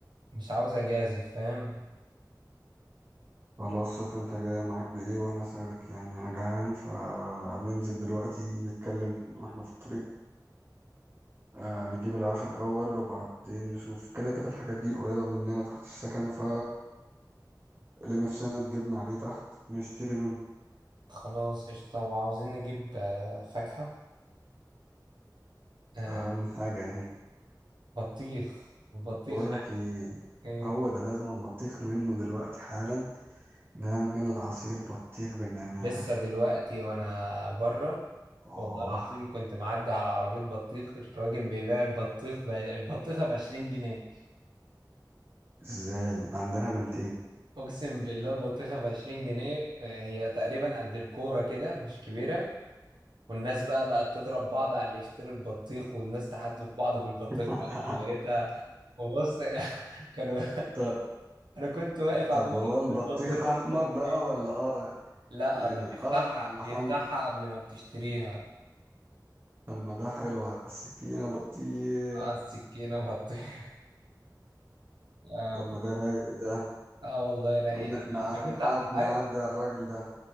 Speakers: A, on the right (about 85°); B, on the right (about 30°).
A: مش عاوز اجازف فاهم
B: خلاص شوف انت جاية معاك بإيه وأنا سارت يعني أنا جعان فننزل دلوقتي نتكلم واحنا في الطريق آه نجيب العشاء الأول وبعدين نشوف كده كده الحاجات دي قريبة مننا تحت السكن ف اللي نفسنا تجيبنا عليه تحت نشتري منه
A: خلاص قشطة وعاوزين نجيب آه، فاكهة آه
B: أهم حاجة يعني
A: بطيخ البطيخ
B: بقولك ايه
A: ايه؟
B: هو ده لازم بطيخ منه دلوقتي حالا نعمل عصير بطيخ بالنعناع
A: لسه دلوقتي وانا بره
B: اه
A: والله العظيم كنت معدي على عربية بطيخ الراجل بيبيع البطيخ ب... البطيخة بعشرين جنيه
B: ازاي ده عندنا بنتين
A: اقسم بالله البطيخة بعشرين جنيه آه، هي تقريبا قد الكورة كده مش كبيرة والناس بقى بقت تضرب بعض على اللي يشتري البطيخ والناس تحدف بعض بالبطيخ
B: <laughs>
A: وتوهتها وبص <laughs> كانوا
B: طب
A: انا كنت واقف عمال
B: طب هو البطيخ
A: أكل البطيخ
B: احمر
A: البطيخ
B: بقى ولا قرع
A: لا
B: يعني
A: ده بيفتحها
B: قرع ولا
A: بيفتحها
B: حمرا
A: قبل ما بتشتريها
B: طب ما ده حلو على السكينة بطيخ
A: اه السكينة بطيخ <laughs> آه،
B: طب ما ده رايق ده
A: اه والله رايق
B: ون-
A: انا
B: نع-
A: أنا كنت
B: نعد
A: ع- انت عارف
B: نعدي على الراجل ده